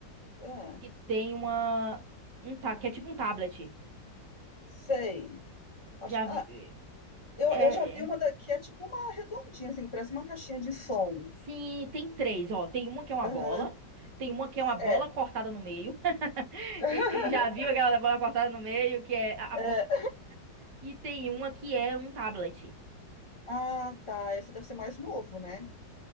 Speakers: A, on the left (about 20°); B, on the right (about 65°).
A: ah,
B: que tem uma um ta, que é tipo um tablet.
A: sei. Acho
B: Já
A: que,
B: vi,
A: ah, eu,
B: é,
A: eu já vi
B: é-
A: uma daqui, é tipo uma redondinha, assim, que parece uma caixinha de som.
B: sim, tem três. Ó, tem uma que é uma
A: Aham,
B: bola, tem uma que é uma bola
A: é.
B: cortada no meio. <laughs>
A: <laughs>
B: E, e já viu aquela da bola cortada no meio que é a, a
A: É.
B: pobre? E tem uma que é um tablet.
A: Ah, tá. Esse deve ser mais novo, né?